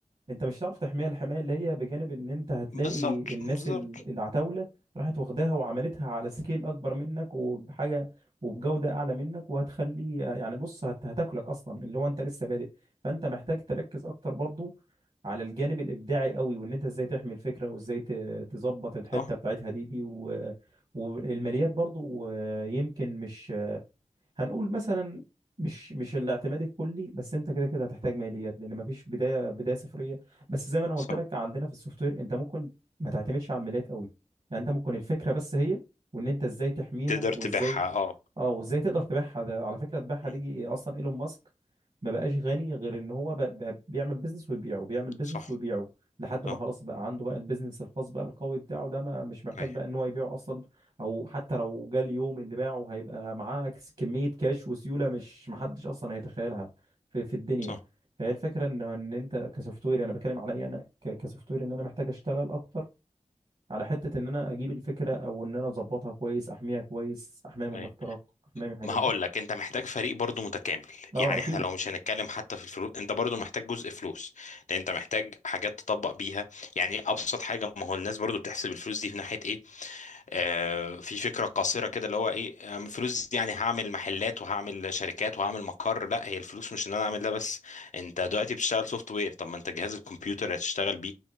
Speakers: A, on the right; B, on the left.
A: انت مش هتعرف تحميها الحمايه اللي هي بجانب ان انت هتلاقي
B: بالظبط
A: الناس
B: بالظبط
A: ال- العتاوله راحت واخداها وعملتها على سكيل اكبر منك وبحاجه وبجوده اعلى منك وهتخلي يعني بص هت- هتاكلك اصلا اللي هو انت لسه بادئ فانت محتاج تركز اكتر برضو على الجانب الابداعي قوي وان انت ازاي تحمي الفكره وازاي ت- تظبط الحته
B: صح
A: بتاعتها دي دي و... والماليات برضو يمكن مش هنقول مثلا مش مش الاعتماد الكلي بس انت كده كده هتحتاج ماليات لان مفيش بدايه بدايه صفريه بس زي ما انا
B: صح
A: قلت لك عندنا في السوفت وير انت ممكن ما تعتمدش على الماليات قوي يعني انت ممكن الفكره بس هي وان انت ازاي تحميها
B: تقدر تبيعها
A: وازاي
B: اه
A: اه وازاي تقدر تبيعها ده على فكره تبيعها
B: مم.
A: دي اصلا ايلون ماسك ما بقاش غني غير ان هو بقى بقى بيعمل بيزنس ويبيعه بيعمل بيزنس
B: صح
A: ويبيعه لحد
B: صح
A: ما خلاص بقى عنده بقى البيزنس الخاص بقى القوي بتاعه ده ما مش محتاج
B: ايوه
A: بقى ان هو يبيعه اصلا او حتى لو جه اليوم اللي باعه هيبقى معاه كس- كمية كاش وسيولة مش محدش اصلا هيتخيلها في, في الدنيا
B: صح
A: فهي الفكرة ان ان انت كسوفت وير انا بتكلم عليا انا ك- كسوفت وير ان انا محتاج اشتغل اكتر على حتة ان انا اجيب الفكرة او ان انا اظبطها كويس احميها كويس احميها من
B: ايوه
A: الاختراق احميها من الحاجات
B: ما هقول
A: دي
B: لك انت محتاج فريق برضو متكامل
A: اه
B: يعني
A: اكيد
B: احنا لو مش هنتكلم حتى في الفلوس انت برضو محتاج جزء فلوس لان انت محتاج حاجات تطبق بيها يعني ابسط حاجه ما هو الناس برضو بتحسب الفلوس دي في ناحيه ايه آه، في فكره قاصره كده اللي هو ايه آه، فلوس دي يعني هعمل محلات وهعمل شركات وهعمل مقر لا هي الفلوس مش ان انا اعمل ده بس انت دلوقتي بتشتغل سوفت وير طب ما انت جهاز الكمبيوتر اللي هتشتغل بيه